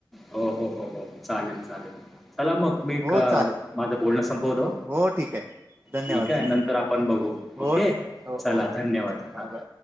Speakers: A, in the centre; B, on the right.
A: हो हो हो हो, चालेल चालेल. चला मग मी
B: हो
A: क
B: चालेल
A: माझं बोलणं संपवतो.
B: हो ठीक आहे धन्यवाद
A: ठीक आहे
B: धन्यवाद
A: नंतर आपण बघू ओके,
B: हो ठीक आहे हो
A: चला
B: हो हो
A: धन्यवाद
B: चालेल
A: हा.
B: बाय बाय